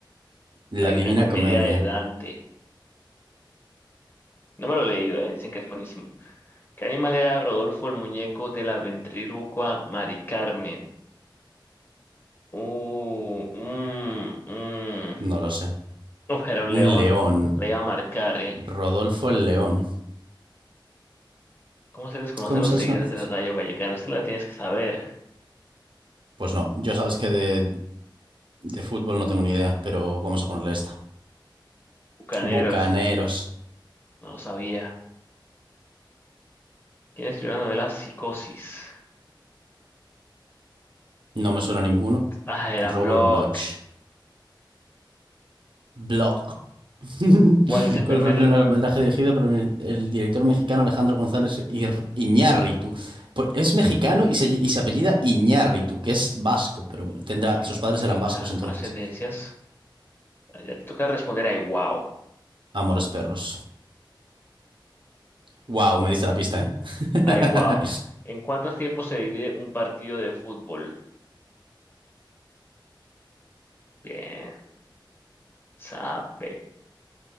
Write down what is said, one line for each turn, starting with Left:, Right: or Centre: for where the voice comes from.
Right: La
Left: Hay
Right: Divina
Left: una comedia
Right: Comedia.
Left: de Dante. No me lo he leído, eh, Dicen que es buenísimo. ¿Qué animal era Rodolfo el muñeco de la ventrílocua Mari Carmen? Uh, mm, mm.
Right: No lo sé.
Left: <laughs> Uf, era un
Right: Un
Left: león.
Right: león.
Left: Le iba a marcar, ¿eh?
Right: Rodolfo el León.
Left: ¿Cómo se les conoce
Right: ¿Cómo
Left: a los
Right: sabes
Left: seguidores
Right: que no
Left: del
Right: eso?
Left: Rayo Vallecano? Esta la tienes que saber.
Right: Pues no, yo sabes que de, de fútbol no tengo ni idea, pero vamos a ponerle esta.
Left: Bucaneros.
Right: Bucaneros.
Left: No lo sabía. ¿Quién escribió la novela Psicosis?
Right: No me suena a ninguno.
Left: Ah, era
Right: Robert
Left: Block.
Right: Bloch. Bloch. <laughs>
Left: ¿Cuál es el
Right: ¿Cuál
Left: primer...
Right: fue el primer
Left: la-
Right: largometraje dirigido por el, el director mexicano Alejandro González Ir- Iñárritu? Por- es mexicano y se, y se apellida Iñárritu, que es vasco, pero bueno, tendrá,
Left: Sí,
Right: sus padres
Left: sí.
Right: eran vascos
Left: ah,
Right: entonces.
Left: ascendencias. Ah, Ya te toca responder. Ay, wow.
Right: Amores perros. Wow, me diste la pista, ¿eh?
Left: Ay,
Right: <laughs>
Left: wow. ¿En cuántos tiempos se divide un partido de fútbol? Bien, sabe.